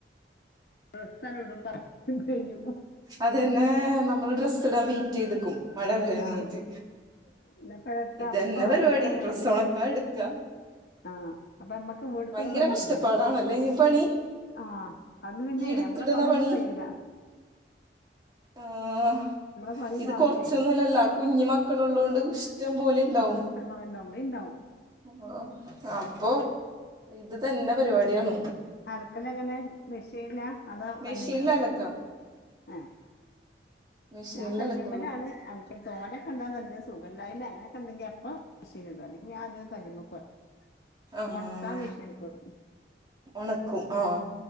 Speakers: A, on the left; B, on the right.
A: ഡ്രെസ്സണ് ഇടുമ്പം <unintelligible> കഴിയും
B: അതന്നെ നമ്മള് ഡ്രസ്സ് ഇടാം വെയ്റ്റെയ്ത്ക്കും മഴ വരാനായ്റ്റ്
A: ആഹ് ഇന്നൊക്കെ ഇട്ട
B: ഇതന്നെ
A: അപ്പ
B: പര്പാടി
A: ഇവിടെ അങ്ങനെയാണ്
B: ഡ്രസ്സൊണക്കാ ഇട്ക്കാ
A: ആഹ് അപ്പൊ നമ്മക്ക് ഇവിടുത്തെ
B: ഭയങ്കര
A: ഒരു പണിയും
B: കഷ്ട്ടപ്പാടാണല്ലേ
A: കഴിയൂല
B: ഈ പണി
A: ആഹ് അത് പിന്നെയ്
B: ഈ എടുത്തിടണ
A: നമ്മളെ പണ്യോന്നും
B: പണി
A: കയ്യൂല.
B: ആഹ്
A: നമ്മളെ പണി
B: ഇത്
A: കാണൂലേ
B: കൊർച്ചൊന്നല്ലല്ലോ കുഞ്ഞി മക്കള്ള്ളോണ്ട് ഇഷ്ട്ടം പോലെ ണ്ടാവും.
A: ഇഷ്ടം പോലെണ്ടാവും ഇവിടേ ഉണ്ടാവും
B: ഓഹ് അപ്പൊ ഇത് തന്നെ പര്പാട്യാണ്
A: അലക്കലെങ്ങെനെ മിഷീൻലാ അതോ
B: മെഷീനിൽ
A: കല്ല്മലോ
B: അലക്കാ
A: ഏഹ്
B: മെഷീനിൽ
A: ഞാൻ കല്ല്മ്മലാണ്
B: അലക്കുള്ളൂ
A: അൽക്കൽ തോനെക്കേ ഉണ്ട്ന്ന്ണ്ടെങ്കി സുഖല്ലായ്മെ അങ്ങനെക്കെണ്ടെങ്കി അപ്പൊ മ്ഷീൻല്ടും അല്ലേൽ ഞാ അധികം കല്ല്മ്മക്ക് പോകലാ
B: ആഹ്
A: ഒണക്കാൻ മ്ഷീൻക്ക്ടും
B: ഒണക്കും ആഹ്